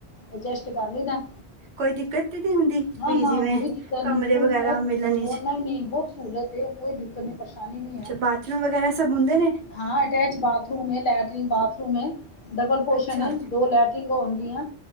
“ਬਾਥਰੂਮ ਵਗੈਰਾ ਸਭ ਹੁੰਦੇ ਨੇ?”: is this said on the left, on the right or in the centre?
Right